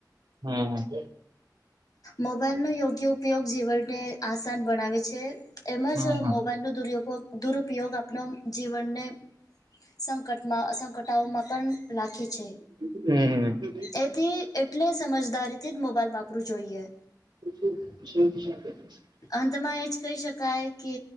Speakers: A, on the right; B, on the left.
A: હમ હ
B: મોબાઈલનો યોગ્ય ઉપયોગ જીવનને આસાન બનાવે છે. એમ
A: હમ
B: જ મોબાઈલનો <unintelligible> દુરુપયોગ આપણ જીવનને સંકટમાં સંકટાઓમાં પણ રાખે છે.
A: હમ હમ
B: એથી એટલે સમજદારીથી જ મોબાઈલ વાપરવું જોઈએ
A: <inaudible>
B: અંતમાં એ જ કહી શકાય કે